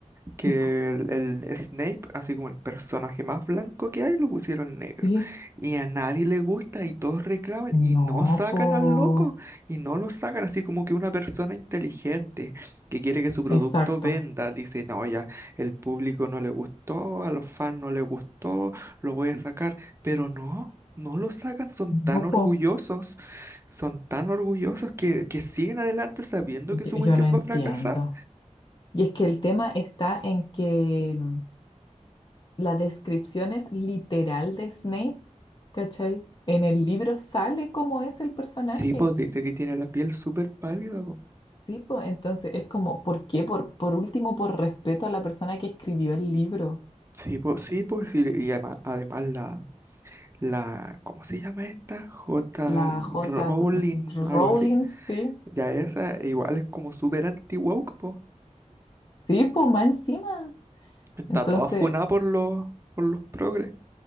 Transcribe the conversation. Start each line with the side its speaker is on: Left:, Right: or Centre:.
Right: que
Left: sí, po,
Right: el, el Snape, así como el personaje más blanco que hay, lo pusieron negro.
Left: sí.
Right: Y a nadie le gusta y todos reclaman
Left: No,
Right: y no sacan
Left: po.
Right: al loco y no lo sacan así como que una persona inteligente que quiere que su producto
Left: Exacto.
Right: venda, dice, no, ya, el público no le gustó, a los fans no le gustó, lo voy a sacar, pero no. No lo sacan, son tan
Left: No,
Right: orgullosos,
Left: po,
Right: son tan orgullosos que, que siguen adelante sabiendo
Left: yo,
Right: que su
Left: yo
Right: cuestión
Left: no entiendo.
Right: va a fracasar.
Left: Y es que el tema está en que mm, la descripción es literal de Snape, ¿cachai? En el libro sale cómo es el personaje.
Right: Sí, pues dice que tiene la piel súper pálida, pues.
Left: Sí, pues entonces es como, ¿por qué? Por, por último, por respeto a la persona que escribió el libro,
Right: Sí, pues, sí, pues, y, y además, además la, la, ¿cómo se llama esta? J.
Left: la J.
Right: Rowling, algo
Left: Rowling,
Right: así.
Left: sí.
Right: Ya esa igual es como súper anti-woke, pues.
Left: Sí, pues más encima.
Right: Está
Left: Entonces,
Right: toda funada por los, por los progres.